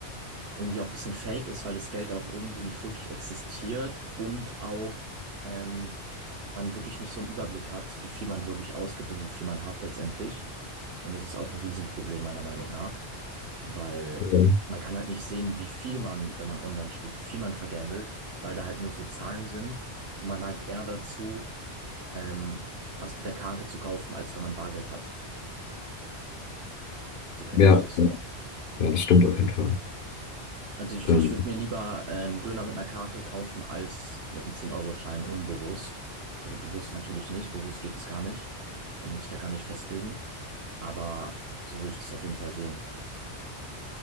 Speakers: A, on the right; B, on the left.
A: irgendwie auch ein bisschen fake ist, weil das Geld auch irgendwie nicht wirklich existiert und auch, ähm, man wirklich nicht so einen Überblick hat, wie viel man wirklich ausgibt und wie viel man hat letztendlich. Und das ist auch ein Riesenproblem meiner Meinung nach, weil
B: Ja,
A: man kann halt nicht sehen, wie viel man, wenn man online spielt, wie viel man vergambelt, weil da halt nur so Zahlen sind und man neigt eher dazu, ähm, was mit der Karte zu kaufen, als wenn man Bargeld hat. So kenne
B: ja,
A: ich das.
B: ja, das stimmt auf jeden Fall.
A: Also ich,
B: Ähm,
A: ich würde mir lieber äh, einen Döner mit einer Karte kaufen, als mit einem zehn euro schein unbewusst. Also bewusst natürlich nicht, bewusst geht es gar nicht, kann man sich da gar nicht festlegen. Aber so würde ich das auf jeden Fall sehen.